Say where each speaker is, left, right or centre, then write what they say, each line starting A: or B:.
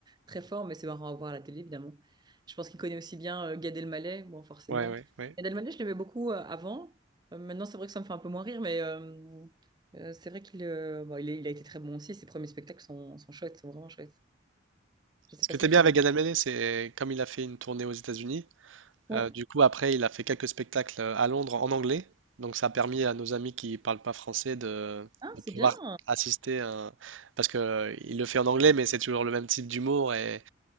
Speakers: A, on the right; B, on the right.
A: très fort, mais c'est marrant à voir à la télé, évidemment. Je pense qu'il connaît aussi bien euh, Gad Elmaleh, bon, forcément.
B: Ouais, ouais, ouais.
A: Gad Elmaleh, je l'aimais beaucoup euh, avant. Euh, maintenant, c'est vrai que ça me fait un peu moins rire, mais euh, euh, c'est vrai qu'il euh, bon, il, est- il a été très bon aussi. Ses premiers spectacles sont, sont chouettes, sont vraiment chouettes. Je sais
B: Ce
A: pas
B: qui
A: si
B: était
A: tu
B: bien avec
A: aimes
B: Adam Elmaleh, c'est comme il a fait une tournée aux États-Unis,
A: Ouais.
B: Euh, du coup, après, il a fait quelques spectacles euh, à Londres en anglais. Donc, ça a permis à nos amis qui parlent pas français de,
A: Ah,
B: de
A: c'est
B: pouvoir
A: bien.
B: assister à un- Parce que euh, il le fait en anglais, mais c'est toujours le même type d'humour. Et,